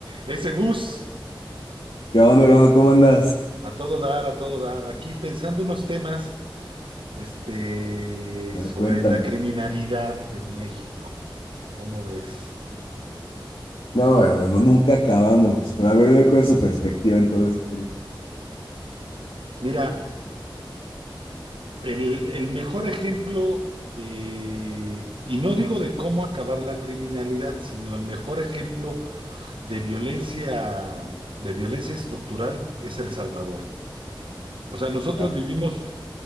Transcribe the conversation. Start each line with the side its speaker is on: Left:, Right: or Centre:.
Right: Ese Gus,
Left: ¿Qué onda, hermano? ¿Cómo andas?
Right: a todo dar, a todo dar. Aquí pensando unos temas, este,
Left: A ver,
Right: sobre
Left: cuéntame.
Right: la criminalidad en México. ¿Cómo ves?
Left: No, hermano, no, nunca acabamos. Pero a ver, dime cuál es su perspectiva en todo este trip.
Right: Mira, el, el mejor ejemplo de, y no digo de cómo acabar la criminalidad, sino el mejor ejemplo de violencia, de violencia estructural es El Salvador. O sea, nosotros
Left: Claro,
Right: vivimos